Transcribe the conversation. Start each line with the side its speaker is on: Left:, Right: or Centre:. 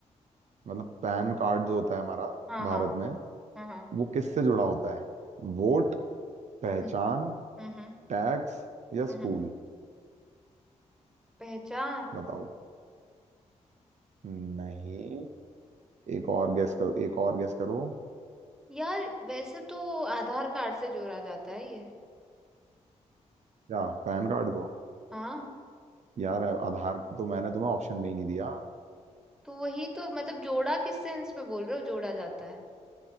Right: मतलब पैन कार्ड जो होता है हमारा
Centre: हाँ
Right: भारत
Centre: हाँ हाँ
Right: में
Centre: हाँ हाँ
Right: वो किससे जुड़ा होता है वोट पहचान
Centre: हम्म हम्म
Right: टैक्स या स्कूल
Centre: हम्म पहचान
Right: बताओ नहीं एक और गेस करो एक और गेस करो
Centre: यार वैसे तो आधार कार्ड से जोड़ा जाता है ये
Right: क्या पैन कार्ड को
Centre: हाँ
Right: यार आधार तो मैंने तुम्हें ऑप्शन में ही नहीं दिया
Centre: तो वही तो मतलब जोड़ा किस सेंस में बोल रहे हो जोड़ा जाता है